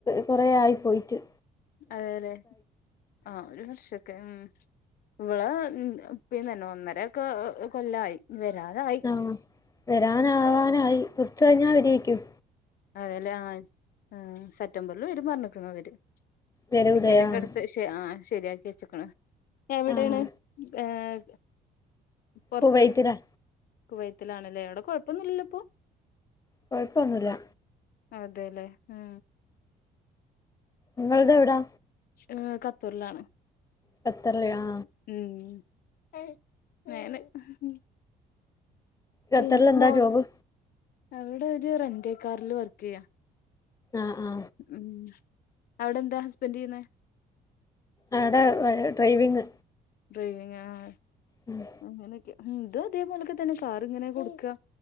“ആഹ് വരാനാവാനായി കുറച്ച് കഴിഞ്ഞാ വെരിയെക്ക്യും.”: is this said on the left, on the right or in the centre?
Left